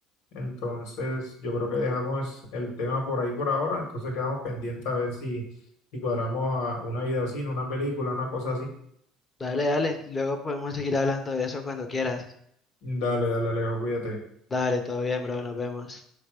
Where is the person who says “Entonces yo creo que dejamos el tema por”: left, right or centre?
Left